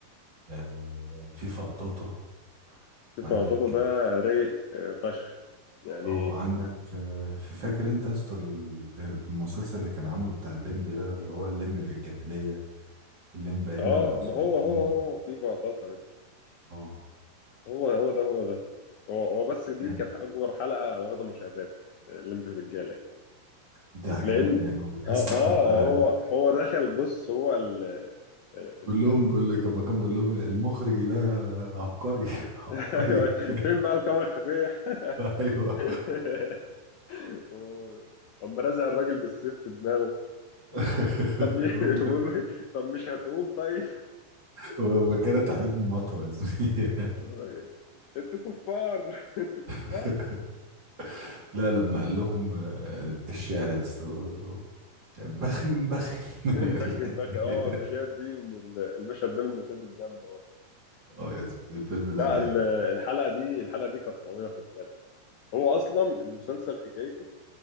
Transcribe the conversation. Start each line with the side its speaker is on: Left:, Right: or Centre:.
Right: آه في فقطاطة
Left: في فواتاتا
Right: عندك
Left: ده رايق آه، فشخ يعني
Right: اه عندك آه، في- فاكر انت يا اسطى ال- آه، المسلسل اللي كان عامله بتاع الليمبي ده اللي هو الليمبي في الجاهلية الليمبي ايام
Left: آه
Right: العثمانيين
Left: ما هو هو هو في فواتاتا يا ابني.
Right: اه
Left: هو هو ده هو ده هو هو بس دي
Right: جامد.
Left: كانت أكبر حلقة واخدة مشاهدات آه، الليمبي في الجالة
Right: دي عجبتني
Left: لان
Right: قوي
Left: اه
Right: يا اسطى
Left: اه
Right: <laughs> الحلقة
Left: هو
Right: دي
Left: هو دخل بص هو ال ال
Right: بقول لهم بقول لك لما كان بقول لهم المخرج ده عبقري <laughs>
Left: <laughs>
Right: عبقري
Left: ايوه
Right: <laughs>
Left: فين بقى الكاميرا الخفيه
Right: ايوه
Left: <laughs> هو- قام رازع الراجل بالسيف في دماغه
Right: <laughs>
Left: طب ي-
Right: بقول-
Left: <laughs> بيقول له طب مش هتقوم طيب
Right: ولما كانت عليهم مطوه يا زميلي
Left: <laughs> بيقول له إيه؟ انتوا كفار <laughs> انتوا
Right: <laughs>
Left: كفار
Right: لا لما قال لهم آه، الشعر يا اسطى بقول لهم بخم بخم <laughs>
Left: مبخي
Right: الحته
Left: مبخي اه
Right: دي
Left: المشاهد دي من ال- المشهد ده من المشاهد الجامده برضه
Right: اه يا زميلي، الفيلم ده
Left: لا
Right: رايق
Left: ال- الحلقه دي الحلقه دي كانت قويه خد بالك هو اصلا المسلسل حكايته